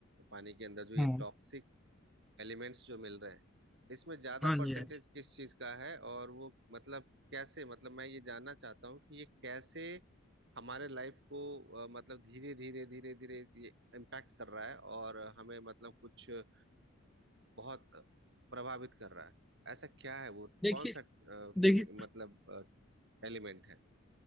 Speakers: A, on the right; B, in the centre.
A: पानी के अंदर जो ये
B: हम्म,
A: टॉक्सिक एलिमेंट्स जो मिल रहे हैं इसमें ज्यादा
B: हाँ
A: परसेंटेज
B: जी हाँ जी।
A: किस चीज का है और वो मतलब कैसे मतलब मैं ये जानना चाहता हूँ कि ये कैसे हमारे लाइफ को अ, मतलब धीरे धीरे धीरे धीरे इस- ये इम्पैक्ट कर रहा है और हमें मतलब कुछ अ, बहुत प्रभावित कर रहा है ऐसा क्या है वो
B: देखिए
A: कौन सा अ, केमि-
B: देखिए
A: मतलब एलिमेंट है